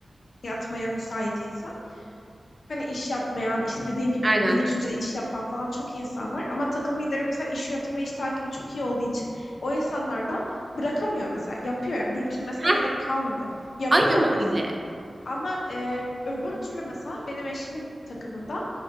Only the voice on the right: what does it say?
aynen.
Heh,
aynen
öyle.